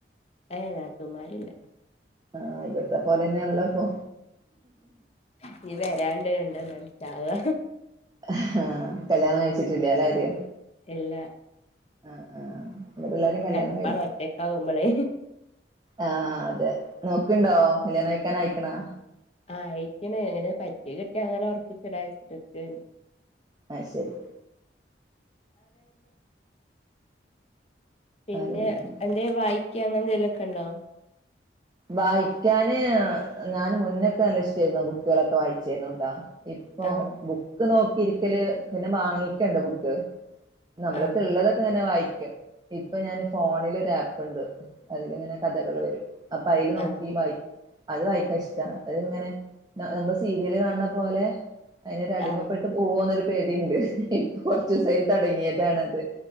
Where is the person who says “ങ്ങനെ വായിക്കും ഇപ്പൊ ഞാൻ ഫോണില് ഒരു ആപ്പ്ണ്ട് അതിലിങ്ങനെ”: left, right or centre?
Right